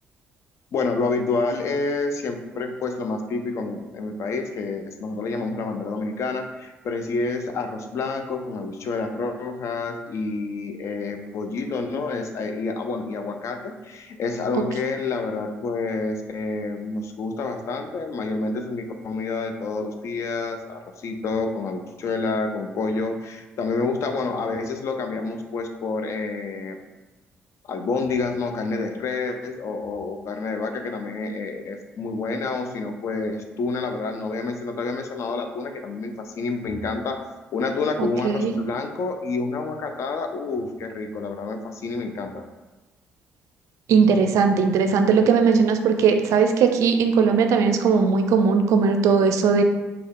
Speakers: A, on the left; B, on the right.
A: Bueno, lo habitual es siempre pues lo más típico en mi, en mi país, que es, nosotros le llamamos la bandera dominicana, pero en sí es arroz blanco con habichuelas rojas y eh, pollito, ¿no? Es, eh, y, ah, bueno, y aguacate. Es algo
B: Ok,
A: que la verdad pues eh, nos gusta bastante, mayormente es mi comida de todos los días, arrocito con habichuela, con pollo. También me gusta, bueno, a veces lo cambiamos pues por... eh, albóndigas, ¿no? Carne de res o, o- carne de vaca, que también eh, es muy buena, o si no, pues tuna, la verdad, no, había mencionado, te había mencionado la tuna, que también me fascina y me encanta. Una tuna
B: ok.
A: con un arroz blanco y una aguacatada, uff, qué rico, la verdad me fascina y me encanta.
B: Interesante, interesante lo que me mencionas porque sabes que aquí en Colombia también es como muy común comer todo eso